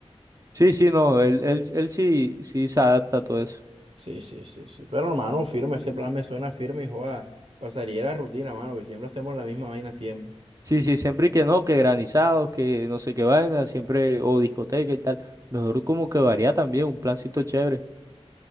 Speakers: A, on the right; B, on the right.
A: Sí, sí, no, él, él, él sí, sí se adapta a todo eso.
B: Sí, sí, sí, sí. Pero hermano, firme, ese plan me suena firme y joda, pasaría la rutina, mano, que siempre hacemos la misma vaina siempre.
A: Sí, sí, siempre y que no, que granizados, que no sé qué vaina, siempre, o discoteca y tal. Mejor como que varía también, un plancito chévere.